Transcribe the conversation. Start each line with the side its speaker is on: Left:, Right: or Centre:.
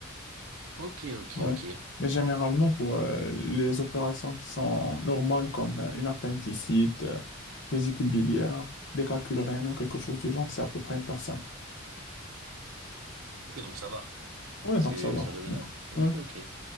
Right: Ok, ok,
Left: Ouais.
Right: ok.
Left: Mais généralement, pour euh, les opérations qui sont normales, comme euh, une appendicite, euh, vésicule biliaire, des calculs rénaux, quelque chose du genre, c'est à peu près une personne.
Right: Ok, donc ça va.
Left: Ouais,
Right: C'est,
Left: donc ça va.
Right: c'est raisonnable.
Left: Ouais.
Right: Ok,
Left: Ouais,
Right: ok.